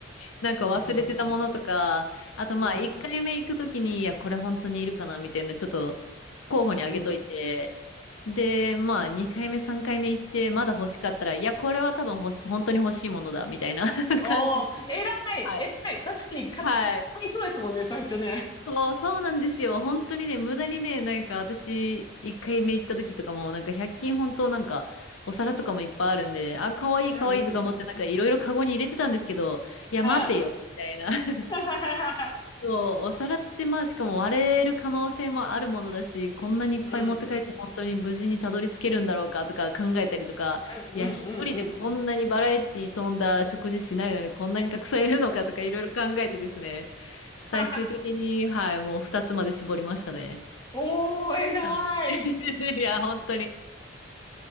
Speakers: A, on the left (about 80°); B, on the left (about 20°).
A: なんか忘れてたものとか、
B: うん、うん、うん。
A: あとまあ1回目行くときに、
B: うん、
A: いや、これ本当にいるかなみたいな、ちょっと候補にあげといて、
B: うん、うん。
A: で、まあ2回目、3回目行って、まだ欲しかったら、いや、これは多分欲し、本当に欲しいものだ、みたいな <laughs>
B: おー、
A: 感じで。
B: 偉い、
A: はい。
B: 偉い。確かに、か、
A: はい。
B: 買いそうですもんね、最初ね。
A: そう、そうなんですよ。本当にね、無駄にね、なんか私、1回目行った時とかも、なんか100均本当なんか、お皿とかもいっぱいあるんで、あ、かわいいかわいいとか思って、
B: うん、うん。
A: なんかいろいろカゴに入れてたんですけど、いや、
B: はい。
A: 待てよ、みたいな。<laughs>
B: <laughs>
A: そう、お皿ってまあしかも割れる可能性もあるものだし、こんなにいっぱい持って帰って本当に無事にたどり着けるんだろうかとか考えたりとか、
B: うん、うん、
A: いや、
B: うん、うん、
A: 一人でこんなにバラエティ飛んだ食事しないのにこんなにたくさんいるのかとかいろいろ考えてですね、
B: <laughs> うん。
A: 最終的に、
B: <laughs>
A: はい、もう2つまで絞りましたね。
B: おー、偉い。
A: はい。<laughs> いや、本当に。